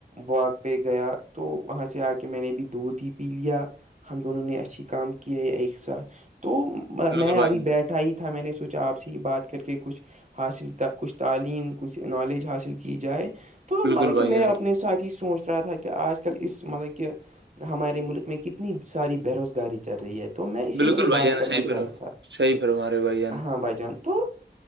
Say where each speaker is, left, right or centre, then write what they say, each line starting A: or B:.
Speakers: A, on the right; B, on the right.
A: وااک پہ گیا تو وہاں سے آ کے میں نے بھی دودھ ہی پی لیا ہم دونوں نے اچھی کام کی ہیں ایک ساتھ تو
B: بالکل
A: میں ابھی
B: بھائی
A: بیٹھا ہی تھا میں نے سوچا آپ سے ہی بات کر کے کچھ حاصل کچھ تعلیم کچھ نالج حاصل کی جائے تو
B: بالکل
A: مطلب
B: بھائی
A: کہ میں
B: جان
A: اپنے ساتھ ہی سوچ رہا تھا کہ کہ آج کل اس مطلب کہ ہمارے ملک میں کتنی ساری بےروزگاری چل رہی ہے تو میں اسی
B: بالکل
A: پہ
B: بھائی
A: بات
B: جان
A: کرنا
B: صحیح
A: چاہتا
B: فرما
A: تھا
B: صحیح فرما رہے ہو بھائی جان
A: ہاں بھائی جان تو